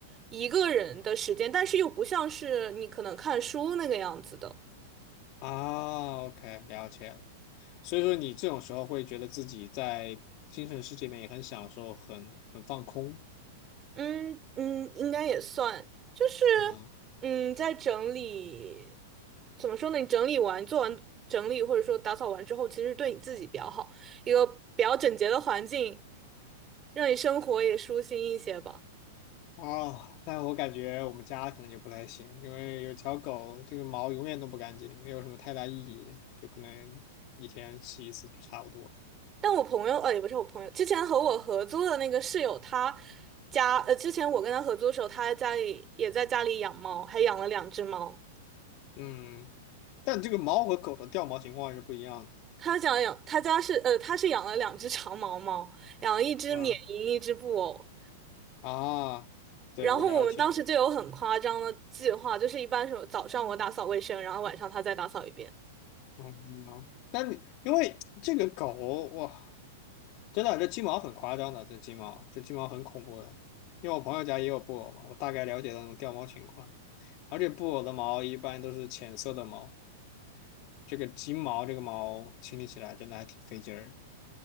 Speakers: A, on the right (about 20°); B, on the left (about 35°).
A: 一个人的时间，但是又不像是你可能看书那个样子的。
B: 啊，OK，了解了。所以说你这种时候会觉得自己在精神世界里面也很享受，很很放空
A: 嗯嗯，应该也算，就是
B: 啊。
A: 嗯，在整理，怎么说呢？你整理完、做完整理，或者说打扫完之后，其实对你自己比较好，一个比较整洁的环境，让你生活也舒心一些吧。
B: 哦，但我感觉我们家可能就不太行，因为有条狗，这个毛永远都不干净，没有什么太大意义，就可能一天洗一次就差不多。
A: 但我朋友，呃，也不是我朋友，之前和我合租的那个室友，他家，呃，之前我跟他合租的时候，他家里也在家里养猫，还养了两只猫。
B: 嗯，但这个猫和狗的掉毛情况是不一样的。
A: 他家养，他家是，呃，他是养了两只长毛猫，养了一只缅因，
B: 嗯。
A: 一只布偶。
B: 啊，对，
A: 然后我们当时就有很夸张的计划，
B: 我了解。
A: 就是一般是早上我打扫卫生，然后晚上他再打扫一遍。
B: 嗯，那你因为这个狗哇，真的这金毛很夸张的，这金毛这金毛很恐怖的。因为我朋友家也有布偶嘛，我大概了解那种掉毛情况，而且布偶的毛一般都是浅色的毛，这个金毛这个毛清理起来真的还挺费劲儿，